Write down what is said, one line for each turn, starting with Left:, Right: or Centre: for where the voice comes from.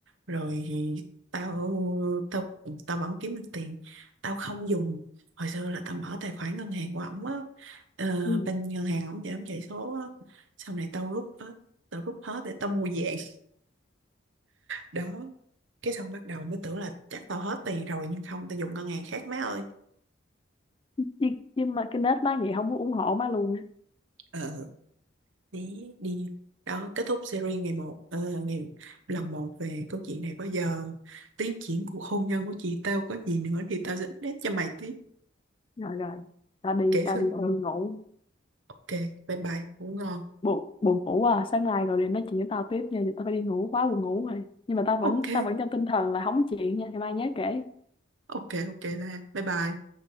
Right: rồi thì tao tao tao vẫn kiếm được tiền tao không dùng hồi xưa là tao mở tài khoản ngân hàng của ổng á ờ,
Left: ừ.
Right: bên ngân hàng ổng để ổng chạy số á. sau này tao rút ờ, tao rút hết để tao mua vàng đó cái xong bắt đầu mới tưởng là chắc tao hết tiền rồi nhưng không tao dùng ngân hàng khác má ơi
Left: nhưng, nhưng mà cái nết má vậy không muốn ủng hộ má luôn á
Right: ờ đi đi đó kết thúc series ngày một ờ, ngày lần một về câu chuyện này bao giờ tiến triển cuộc hôn nhân của chị tao có gì nữa thì tao sẽ update cho mày tiếp
Left: Rồi rồi, ta đi,
Right: kể
Left: ta
Right: xưa
Left: đi Ừ. đi Ừ. ngủ.
Right: ok bye bye ngủ ngon
Left: Buồn, buồn ngủ à, sáng nay rồi để nói chuyện với tao tiếp nha, giờ tao phải đi ngủ, quá buồn ngủ rồi. Nhưng mà tao vẫn
Right: ok
Left: tao vẫn trong tinh thần là hóng chuyện nha, ngày mai nhớ kể.
Right: ok ok là bye bye